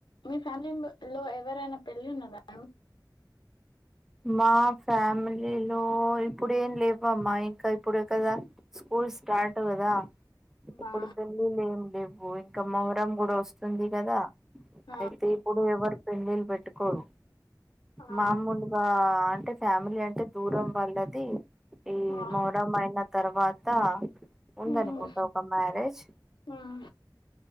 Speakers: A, on the left; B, in the centre.
A: మీ ఫ్యామిలీ లో ఎవరైనా పెళ్లి ఉన్నదా మ
B: మా ఫ్యామిలీలో ఇప్పుడేం లేవమ్మా ఇంకా ఇప్పుడే కదా స్కూల్ స్టార్ట్ కదా ఇప్పుడు
A: ఆ
B: పెళ్ళి లేం లేవు ఇంకా మొహరం కూడా వస్తుంది కదా
A: ఆ
B: అయితే ఇప్పుడు ఎవరు పెళ్ళిల్లు పెట్టుకోరు
A: ఆ
B: మామూలుగా అంటే ఫ్యామిలీ అంటే అంటే దూరం వల్లది ఈ
A: ఆహా
B: మొహరం అయిన తర్వాత ఉందనుకుంటా
A: ఉమ్
B: ఒక మ్యారేజ్
A: ఉమ్